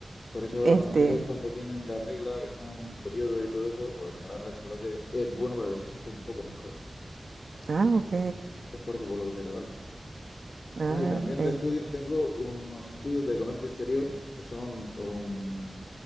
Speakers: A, on the left (about 75°); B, on the right (about 75°).
A: Por eso
B: Este,
A: las mujeres cuando tienen la regla, que están en su periodo y todo eso, pues regalarle chocolate es bueno para que se sienta un poco mejor.
B: ah, ok.
A: Es por eso por lo que se regala.
B: Ah,
A: Ah, y también
B: eh,
A: de estudios tengo unos estudios de comercio exterior, que son un,